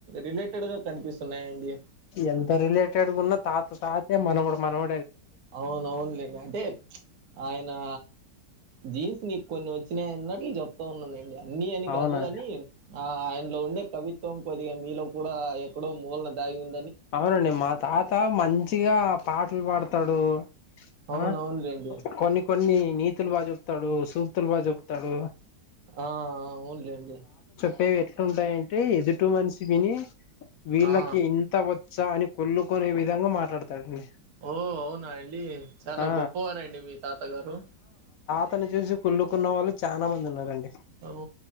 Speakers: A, on the right; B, on the left.
A: రిలేట్ టేడాగా కనిపిస్తున్నాయండి
B: ఎంత రిలేటెడ్గున్న తాత తాతె మనవడు మనవ
A: అవునవునులే అంటే ఆయనా జీన్స్ మీకు కొన్ని వచ్చినయి అన్నట్లు జేప్ త ఉన్నానండి అన్నీ అని
B: అవునా
A: కాదు గని ఆ ఆయనలో ఉండే కవిత్వం కొద్దిగా మీలో కూడా ఎ క్కడొ మూలనా దాగి ఉం
B: అవునండి మా తాత మంచిగా పాటలు పాడతాడు
A: అవునవును
B: ఆ
A: లెండి
B: కొన్ని కొన్ని నీతులు బాగ చెప్తాడు సూక్తులు బాగ చెప్తాడు
A: ఆ అవున్లేండి
B: టె ఎట్లుంటాయంటే ఎదుటి మనిషి విని వీళ్ళకి
A: ఆ
B: ఇన్ ఒచ్చా అని కుళ్ళుకునే విధంగా మాట్లాడతాడండి
A: ఓ అవునా అండి చాలా
B: ఆ
A: గొప్పవారండి మీ తాత గారు
B: అతను చూసి కుళ్ళుకున్న వాళ్ళు చానా మంది ఉన్నారండి
A: ఆవ్